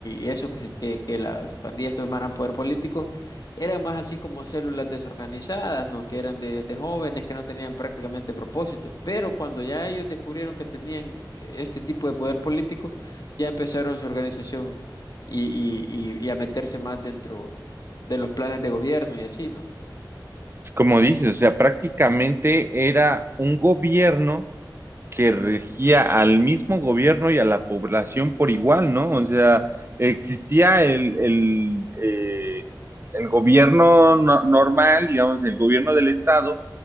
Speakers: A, on the left (about 50°); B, on the right (about 30°).
A: y eso, que, se- que, que las pandillas tomaran poder político, eran más así como células desorganizadas, ¿no? que eran de, de jóvenes que no tenían prácticamente propósito. Pero cuando ya ellos descubrieron que tenían eh, este tipo de poder político, ya empezaron su organización y, y y- y a meterse más dentro de los planes de gobierno y así, ¿no?
B: Como dices, o sea, prácticamente era un gobierno que regía al mismo gobierno y a la población por igual, ¿no? O sea, existía el, el, eh, el gobierno no- normal, digamos, el gobierno del estado,